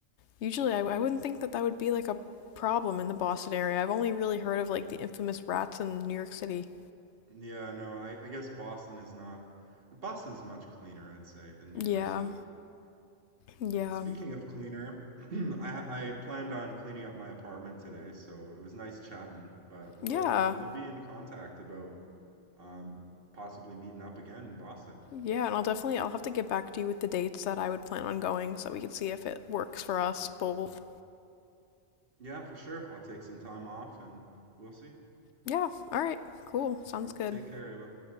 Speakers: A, on the left; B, on the right.
A: usually I, I wouldn't think that that would be like a problem in the Boston area. I've only really heard of like the infamous rats in New York City.
B: Yeah, no, I, I guess Boston is not Boston is much cleaner, I'd say, than New
A: Yeah,
B: York City.
A: yeah,
B: Speaking of cleaner, <clears throat> I I planned on cleaning up my apartment today, so it was nice chatting, but we'll
A: yeah,
B: we'll be in contact about um, possibly meeting up again in Boston.
A: yeah. And I'll definitely I'll have to get back to you with the dates that I would plan on going so we could see if it works for us both.
B: Yeah, for sure. I'll take some time off and we'll see.
A: Yeah. All right. Cool. Sounds
B: All right,
A: good.
B: Take care, Ava.